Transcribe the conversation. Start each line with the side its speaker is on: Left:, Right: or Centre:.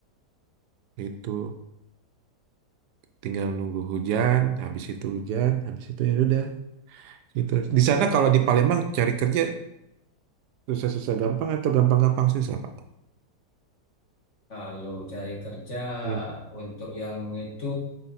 Right: Itu, tinggal nunggu hujan. Habis itu hujan, habis itu ya udah. Gitu. Di sana kalau di Palembang cari kerja susah-susah gampang atau gampang-gampang susah Pak?
Left: Kalau cari kerja
Right: Hmm,
Left: untuk yang itu